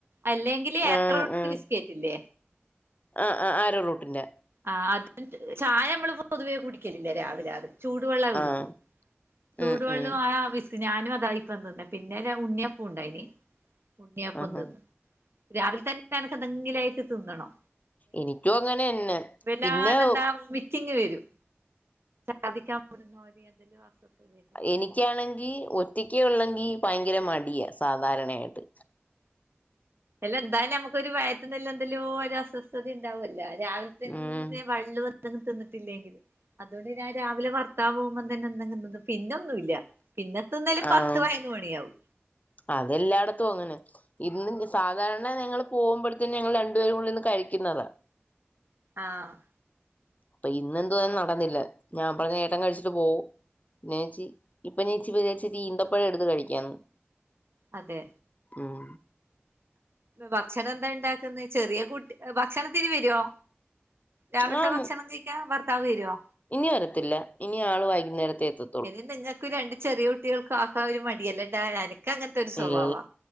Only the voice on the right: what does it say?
അല്ലെങ്കില് ആരോറൂട്ട്
ബിസ്കറ്റ് ഇല്ലേ
ആഹ് അത് ചായ നമ്മളി പൊതുവേ കുടിക്കലില്ലേ രാവിലെ ആറ് ചൂടുവെള്ളം കുടിക്കൂ
ചൂടുവെള്ളവും
ആ വിസ്ക് ഞാനും അതാ ഇപ്പം തിന്നെ പിന്നെ ഉണ്യപ്പം ഉണ്ടാക്കി ഉണ്യപ്പം
തിന്ന് രാവിലെ തന്നെ എനക്ക് എന്തെങ്കിലും ആയിട്ട് തിന്നണോ
വല്ലാണ്ടെന്താ
മിച്ചിങ്ങ് വരും പധിക്കാൻ പടുന്ന ഒരുര് അതില് അസ്വസ്ഥതയു
അല്ല എന്തായാലും നമുക്കൊരു വയറ്റ്റിനൊ എന്തേല്ലോ ഒരു അസ്വസ്ഥത ഉണ്ടാവുംല്ല രാവിലെ തന്നെ
<unintelligible> തിന്നിട്ടില്ലെങ്കില് അതുകൊണ്ട് ഞാൻ രാവിലെ ഭർത്താവ് പോകുമ്പോം തന്നെ എന്തെങ്കിതിന്നും പിന്നെന്നുല്ല പിന്നെ തിന്നല്
പത്ത് പതിനൊന്നു മണിയാവും
ആഹ്
അതെ
ഭക്ഷണം എന്താ ഇണ്ടാക്കുന്ന ചെറിയ കുട്ടി ഭക്ഷണത്തിന് വരുവോ രാവിലത്തെ
ഭക്ഷണം കഴിക്കാ ഭർത്താവ് വരുവോ
ഇനി നിങ്ങൾക്ക് രണ്ട് ചെറിയ കുട്ടിയൾക്കും ആക്കാൻ ഒരു മടിയല്ലണ്ടാ എനക്ക് അങ്ങനത്തെ ഒരു സ്വഭാവവാ